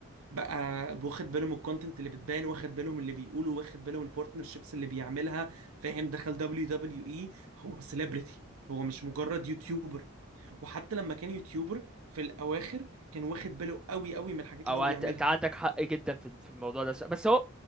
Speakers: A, on the right (about 85°); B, in the centre.
A: بقى واخد باله من الكونتنت اللي بتبان واخد باله من اللي بيقوله واخد باله من البارتنرشيبس اللي بيعملها فاهم دخل دبليو دبليو اي هو سيلبرتي هو مش مجرد يوتيوبر وحتى لما كان يوتيوبر في الاواخر كان واخد باله قوي قوي من الحاجات
B: او
A: اللي هو
B: انت
A: بيعملها
B: انت عندك حق جدا في في الموضوع ده بس هو